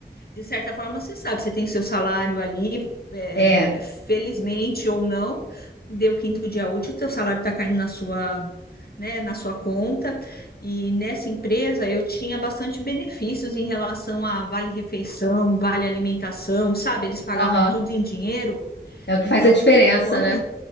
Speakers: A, on the left; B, on the left.
A: De certa forma, você sabe, você tem seu salário ali, é,
B: É.
A: felizmente ou não, deu quinto dia útil, teu salário está caindo na sua, né, na sua conta. E nessa empresa eu tinha bastante benefícios em relação a vale refeição, vale alimentação, sabe? Eles pagavam
B: Aham.
A: tudo em dinheiro.
B: É o que
A: Então,
B: faz a diferença,
A: quando
B: né?